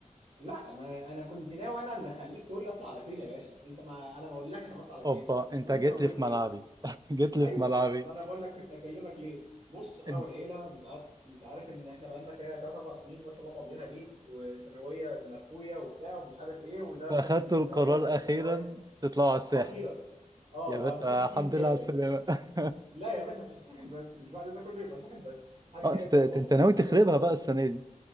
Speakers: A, on the right (about 55°); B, on the right (about 30°).
A: لا انا انا كنت ناوي انا اللي خليك تقول لي اطلع على فين يا باشا انت ما انا ما اقولكش انا اطلع على
B: اوبا
A: فين
B: انت
A: امال
B: جيت
A: انت موجود
B: لي في
A: ليه
B: ملعبي <laughs> جيت لي
A: ايوه
B: في ملعبي
A: ما انا بقول لك كنت اكلمك ليه بص انا
B: انت
A: والعيله انت عارف انت عارف ان احنا بقالنا كده 3 4 سنين ما شاء الله مضينا بيت وثانويه من اخويا وبتاع ومش عارف ايه وده
B: اخدت
A: خارج من ثانويه
B: القرار
A: وداخل
B: اخيرا
A: في ثانويه
B: تطلعوا على الساحل
A: اخيرا اه
B: يا
A: وهنفك
B: باشا
A: كيس
B: الحمد
A: جامد
B: لله على السلامه <laughs>
A: لا يا باشا مش الساحل بس مش بعد ده كله يبقى ساحل بس حاجه
B: اه
A: كده
B: انت
A: جوه
B: انت
A: مصر
B: ناوي
A: وحاجه
B: تخربها
A: بره مصر
B: بقى السنه دي